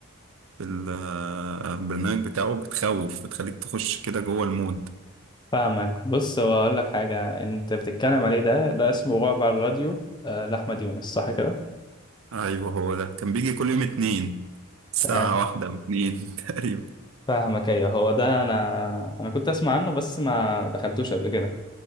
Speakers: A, on the right (about 70°); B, on the left (about 20°).
A: في البرنامج بتاعه بتخوف بتخليك تخش كده جوه المود
B: فاهمك بص هو اقول لك حاجه انت بتتكلم عليه ده ده اسمه رعب على الراديو آه، لاحمد يونس صح كده
A: ايوه هو ده كان بيجي كل يوم اتنين ساعة
B: تمام.
A: واحدة او اتنين <laughs> تقريبا
B: فاهمك ايوه هو ده انا انا كنت اسمع عنه بس ما دخلتوش قبل كده